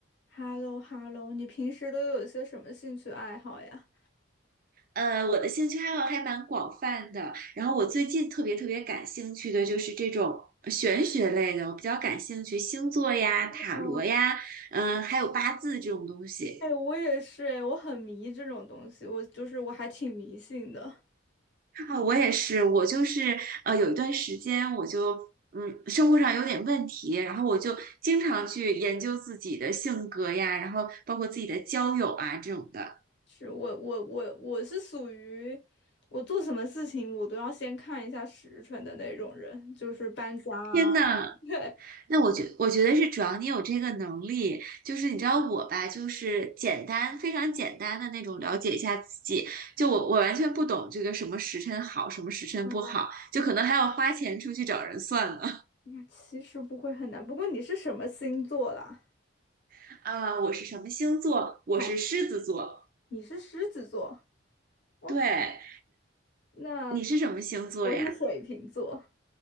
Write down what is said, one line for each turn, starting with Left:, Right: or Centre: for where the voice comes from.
Left: h e l l o h e l l o 你平时都有些什么兴趣爱好呀？
Right: 呃，我的兴趣爱好还蛮广泛的。然后我最近特别特别感兴趣的就是这种呃玄学类的，我比较感兴趣星座呀、塔罗呀，
Left: 哇，
Right: 嗯、还有八字这种东西。
Left: 哎，我也是，哎，我很迷这种东西，我就是我还挺迷信的，
Right: 啊，我也是，我就是呃，有一段时间我就嗯，生活上有点问题，然后我就经常去研究自己的性格呀，然后包括自己的交友啊这种的。
Left: 是我我我我是属于我做什么事情我都要先看一下时辰的那种人，就是搬家啊，
Right: 天呐，
Left: <laughs> 对，
Right: 那我觉我觉得是主要你有这个能力，就是你知道我吧，就是简单非常简单的那种了解一下自己，就我我完全不懂这个什么时辰好，什么时辰不好，
Left: 啊，
Right: 就可能还要花钱出去找人算呢。
Left: 那其实不会很难。不过你是什么星座啦？
Right: <laughs> 啊，我是什么星座？我是狮子座。
Left: 哦，你是狮子座我
Right: 对，
Left: k 那
Right: 你是什么星座呀？
Left: 我是水瓶座，